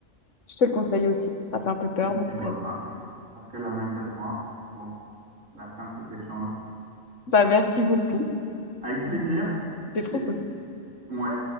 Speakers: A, on the left; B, on the right.
A: je te le conseille aussi. Ça fait un peu peur,
B: Et puis
A: mais c'est
B: voilà,
A: très bien.
B: après, après la main est à toi pour la fin de cet échange.
A: Bah, merci beaucoup.
B: Avec plaisir.
A: C'était trop
B: Et, si-
A: cool.
B: ouais.